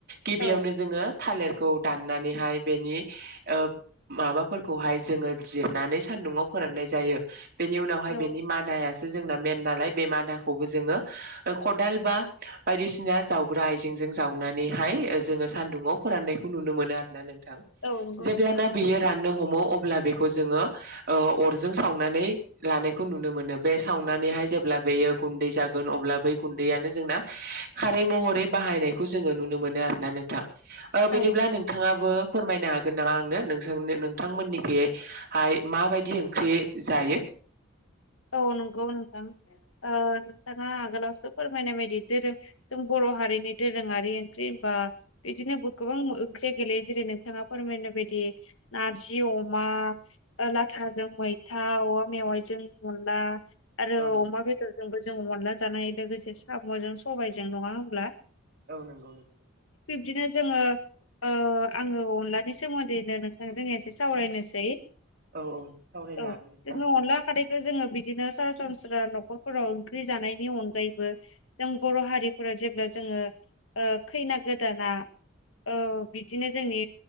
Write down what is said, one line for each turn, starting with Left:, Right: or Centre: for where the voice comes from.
Right: गिबियावनो
Left: औ
Right: जोङो थालिरखौ दाननानैहाय बेनि ओ माबाफोरखौहाय जोङो जिरनानै सान न्दुंआव फोराननाय जायो बेनि उनावहाय
Left: औ
Right: बेनि मादायासो जोंना मेन नालाय बे मादाखौबो जोङो खदाल बा बायदिसिना जावग्रा आइजेंजों जावनानैहाय जोङो सान्दुुंङाव फोराननायखौ नुनो मोनो आरोना नों थां
Left: औ नंगौ
Right: जेब्लाना
Left: नोंथां
Right: बियो राननो हम मो अब्ला बेखौ जोङो अरजों सावनानै लानाय खौ नुनो मोनो बे सावनानैहाय जेब्ला बेयो गुन्दै जागोन अब्ला बै गुन्दैयानो जोंना खारै महरै बाहायनायखौ जोङो नुनो मोनो आरो ना नोंथां ओ बिदिब्ला
Left: औ नंगौ
Right: नोंथाङाबो फोरमायनो हागोन नामा आंनो नोंनो नोंथांमोननिख हाय माबायदि ओंख्रि जायो।
Left: औ नंगौ नोंथां ओ नोंथाङा आगोलावसो फोरमायनाय बायदिआरो जों बर' बर' हारिनि दोरोङारि ओंख्रि बा बिदिनो गोबां ओंख्रिया गेलेयो जेरै नोंथाङा फोरमायनो बाय दि नारजि अमा लाथाजों मैथा औवा मेवाइजों अनला
Right: औ
Left: आरो
Right: नंगौ
Left: अमा बेदरजोंबो जों अनला जानाय लोगोसे साम'जों सबायाइजों नङा होमब्ला
Right: औ नंगौ नंगौ नंगौ
Left: बिदिनो जोङो ओ आङो अनलानि सोमोन्दैनो नोंथां जो एसे सावरायनोसै
Right: औ औ सावरायनो
Left: औ
Right: हागोन नोंथां
Left: जोंनो अनला खारदै जोङो बिदिनो सरासनस्रा न'खरफोराव ओंख्रि जानायनि अनगायैबो जों बर' हारिफोरा जेब्ला जोङो ओ खैना गोदाना औ बिदिनो जोंनि